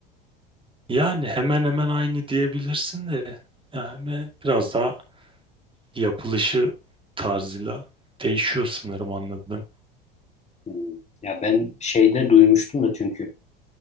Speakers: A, on the right; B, on the left.
A: Yani hemen hemen aynı diyebilirsin de yani biraz daha yapılışı tarzıyla değişiyor sanırım anladım.
B: Hmm. Ya ben şeyde duymuştum da çünkü